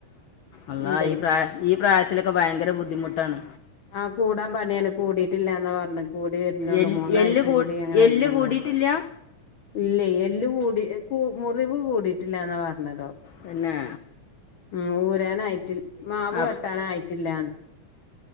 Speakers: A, on the left (about 80°); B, on the left (about 55°).
A: അള്ളാ
B: ഇണ്ടേ
A: ഈ പ്രായ ഈ പ്രായ ത്തിലൊക്കെ ഭയങ്കര ബുദ്ധിമുട്ടാണ്
B: ആഹ് കൂടാം പണ്യാണ് കൂടിട്ടില്ലാന്നാ പർഞ്ഞ് കൂടി വെര്ണാെള്ളൂ
A: എല്ല്
B: മൂന്നായ്ച്ചിം
A: എല്ല് കൂ
B: കൂടി അങ്ങെനെ
A: എല്ല്
B: ടെണംന്നർഞ്ഞ്
A: കൂടിയിട്ടില്ല
B: ഇല്ലേ എല്ല് കൂടി കൂ മുറിവ് കൂടിട്ടില്ലാന്ന പർഞ്ഞെ ടോ
A: തന്നേ
B: ഉം ഊരാനായിട്ടിൽ മാവ്
A: ആ
B: വെട്ടാനയിട്ടില്ലാന്ന്